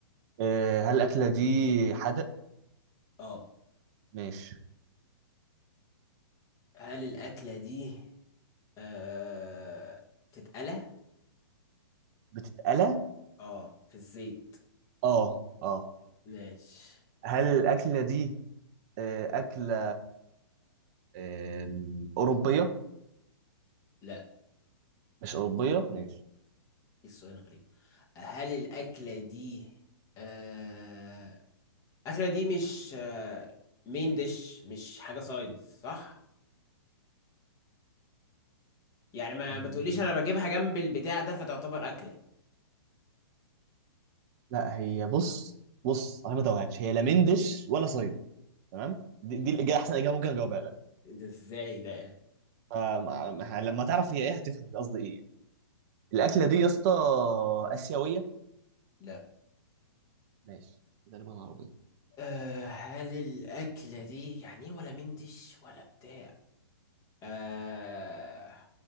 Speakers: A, on the right; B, on the left.
A: آه، هل الاكله دي حادق
B: اه
A: ماشي
B: هل الأكلة دي آه تتقلى؟
A: بتتقلى
B: اه في الزيت
A: اه اه
B: ماشي
A: هل الاكله دي آه، اكله آم، اوروبيه
B: لا
A: مش اوروبيه ماشي
B: إيه السؤال غريب هل الأكلة دي آه الأكلة دي مش آه مين ديش مش حاجة سايد صح؟ يعني ما
A: مم.
B: ما تقوليش أنا بجيبها جنب البتاع ده فتعتبر أكلة
A: لا هي بص بص انا ما توهكش هي لا مندش ولا صيد تمام دي, دي الاجابه احسن اجابه ممكن اجاوبها لك
B: إيه ده ازاي ده؟
A: آم، آم، لما تعرف هي ايه هتفهم قصدي ايه الاكله دي يا اسطى اسيويه
B: لا
A: ماشي تقريبا عربيه
B: أه هل الأكلة دي يعني إيه ولا مندش ولا بتاع أه